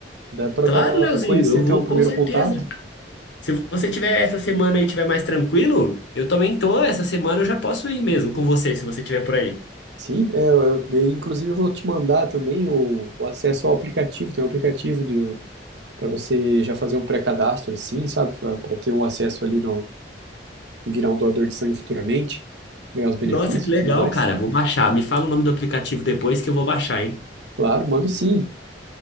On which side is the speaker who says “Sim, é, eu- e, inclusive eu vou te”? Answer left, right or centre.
Right